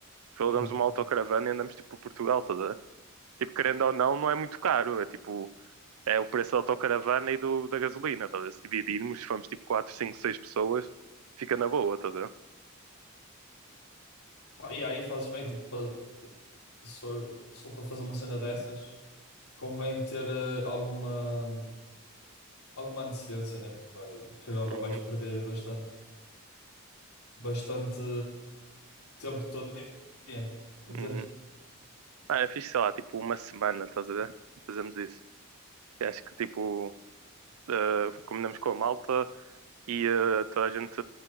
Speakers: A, on the right; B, on the left.
A: Tipo, alugamos
B: Hum.
A: uma autocaravana e andamos tipo por Portugal toda. Tipo, querendo ou não, não é muito caro. É tipo, é o preço da autocaravana e do, da gasolina, tá? a ver? Se dividirmos, se formos tipo 4, 5, 6 pessoas, fica na boa, estás a ver?
B: Pá, E aí fazes bem, tipo, pa- se for, se for para fazer uma cena dessas, convém ter eh, alguma, alguma antecedência, né? Porque vai, querendo ou não
A: Uhum,
B: vais perder bastante, bastante tempo todo dia, entendes?
A: uhum. Ah, eu fiz, sei lá, tipo uma semana, estás a ver? Fazemos isso. E acho que tipo, eh, combinamos com a malta e eh, toda a gente